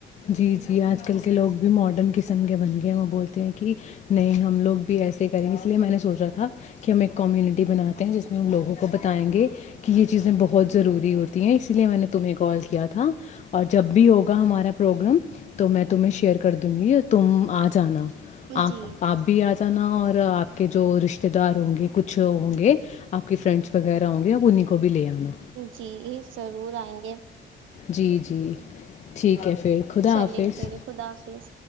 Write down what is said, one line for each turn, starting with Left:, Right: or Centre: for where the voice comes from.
Left: جی جی آج کل کے لوگ بھی ماڈرن قسم کے بن گئے ہیں وہ بولتے ہیں کہ نہیں ہم لوگ بھی ایسے کریں گے اس لیے میں نے سوچا تھا کہ ہم ایک کمیونٹی بناتے ہیں جس میں ہم لوگوں کو ب آئیں گے کہ یہ چیزیں بہت ضروری ہوتی ہیں اسی لیے میں نے تمہیں کال کیا تھا اور جب بھی ہوگا ہمارا پروگرام تو میں تمہیں شیئر کر دوں گی تم آ جانا
Right: ہیں
Left: آپ
Right: جی
Left: آپ بھی آ جانا ہ اور آپ کے جو رشتے دار ہوں گے کچھ ہوں گے آپ کے فرینڈس وغیرہ ہوں گے انہیں کو بھی لے آنا
Right: جی ضرور آئیں گے
Left: جی جی ٹھیک پھر ہے خدا
Right: چلیے
Left: حافظ
Right: پھر خدا حافظ